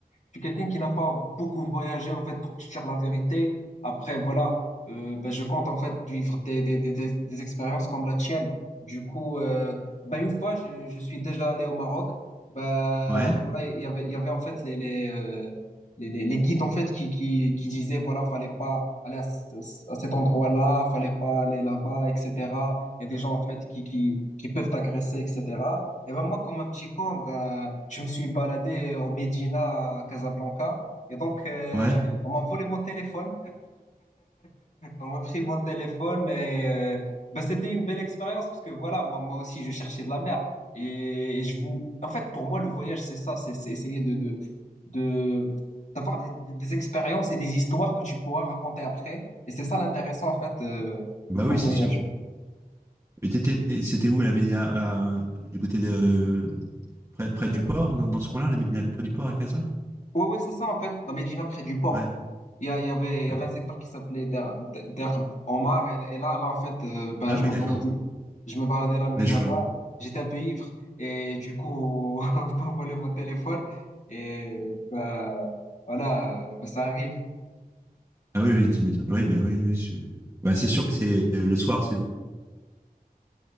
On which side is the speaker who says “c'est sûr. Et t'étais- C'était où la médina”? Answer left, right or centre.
Right